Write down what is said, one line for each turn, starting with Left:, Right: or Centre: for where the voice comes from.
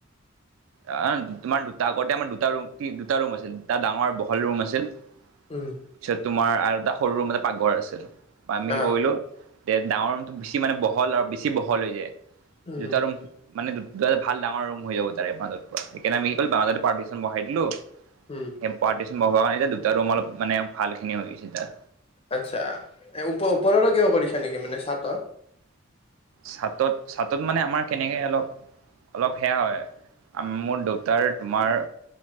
Left: হয়
Right: আ তোমাৰ দুটা আগতে আমাৰ দুটা ৰুম কি দুটা ৰুম আছিল দুটা ডাঙৰ বহল ৰুম আছিল
Left: উম
Right: পিছত তোমাৰ আৰু এটা সৰু ৰুম এটা পাকঘৰ আছিল আমি
Left: অ
Right: কি কৰিলোঁ তে ডাঙৰ ৰুমটো বেছি মানে বহল আৰু বেছি বহল হৈ যায়
Left: উম
Right: দুটা ৰুম মানে দুটা ভাল ডাঙৰ ৰুম হৈ যাব তাৰে মাজৰ পৰা সেইকাৰনে আমি কি কৰিলো মাজতে পাৰ্টিচন বঢ়াই দিলো
Left: উম
Right: সেই পাৰ্টিচন বহোৱা কাৰণে দুটা ৰুম অলপ মানে ভাল খিনি গছে দা
Left: আচ্ছা ওপ ওপৰৰো কিবা কৰিছা নেকি মানে চাতৰ
Right: চাটত চাটত মানে আমাৰ কেনেকে অলপ অলপ সেয়া হয় আ মোৰ দেউতাৰ তোমাৰ